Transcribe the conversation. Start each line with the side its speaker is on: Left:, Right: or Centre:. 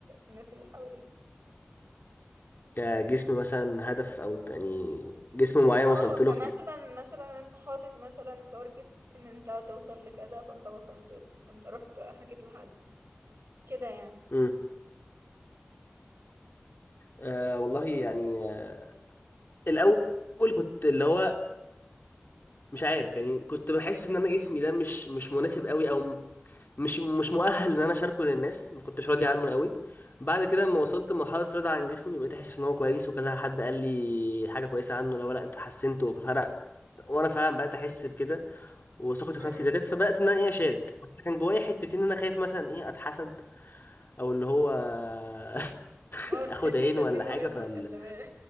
Right: الناس اللي حواليك؟
Left: كجسم مثلا هدف او يعني جسم معين
Right: اه
Left: وصلت له
Right: كمثلا
Left: في
Right: مثلا انت حاطط مثلا تارجت ان انت توصل لكذا فانت وصلت له فانت رحت حكيت لحد كده يعني
Left: مم. أه والله يعني آه، الاول كنت اللي هو مش عارف يعني كنت بحس ان انا جسمي ده مش مش مناسب قوي او م- مش مش مؤهل ان انا اشاركه للناس ما كنتش راضي عنه
Right: مم.
Left: قوي بعد كده لما وصلت لمرحله رضا عن جسمي بقيت احس ان هو كويس وكذا حد قال لي حاجه كويسه عنه لو لا انت حسنت وفرق وانا فعلا بقيت احس بكده وثقتي في
Right: مم.
Left: نفسي زادت فبقيت ان انا ايه اشارك بس كان جوايا حتتين ان انا خايف مثلا ايه اتحسد او اللي هو <laughs>
Right: اه
Left: اخد
Right: الح- الحتة
Left: عين ولا
Right: دي مهمة
Left: حاجه فال
Right: خلي بالك